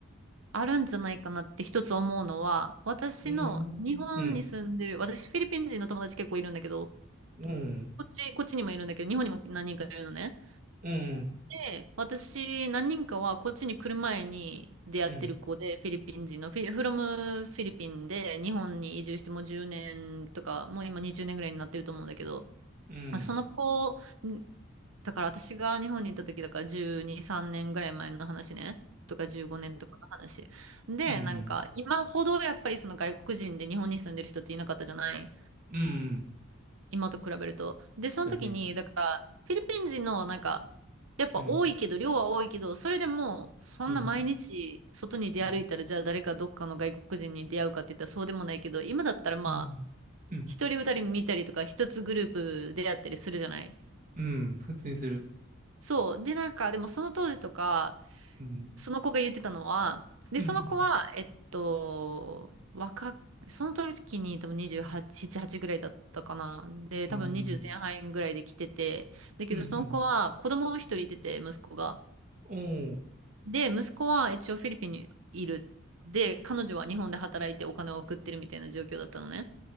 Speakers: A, on the right; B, on the right.
A: あるんじゃないかなって一つ思うのは、私の日本に住んでる、
B: うん、うん、
A: 私フィリピン人の友達結構いるんだけど、
B: うん、
A: こっち、こっちにもいるんだけど、日本にも何人かいるのね。
B: うん、
A: で、私何人かはこっちに来る前に出会ってる子で、
B: うん、
A: フィリピン人の、フィリ、フロムフィリピンで日本に移住してもう10年とか、もう今20年ぐらいになってると思うんだけど、
B: うん、
A: その子だから私が日本に行った時だから12、3年ぐらい前の話ね。とか15年とかの話。で、
B: うん、
A: なんか今ほどやっぱりその外国人で日本に住んでる人っていなかったじゃない。
B: うん。
A: 今と比べると。で、その時に、
B: だね。
A: だからフィリピン人のなんか、やっぱ多いけど、
B: うん、
A: 量は多いけど、それでもそんな毎日外に出歩いたらじゃあ誰かどっかの外国人に出会うかって言ったらそうでもないけど、
B: うん、うん、
A: 今だったらまあ、
B: うん、うん、
A: 一人二人見たりとか一つグループ出会ったりするじゃない。
B: うん。普通にする。
A: そう。で、なんか、でもその当時とか、
B: うん、
A: その子が言ってたのは、で、
B: うん、
A: その子は、えっと、若く、その時に多分28、7、8ぐらいだったかな。で、
B: うん、
A: 多分20前半ぐらいで来てて、だけどその子は子供を一人いてて、
B: うん、うん、
A: 息子が。
B: うんおー、
A: で、息子は一応フィリピンにいる。で、彼女は日本で働いてお金を送ってるみたいな状況だったのね。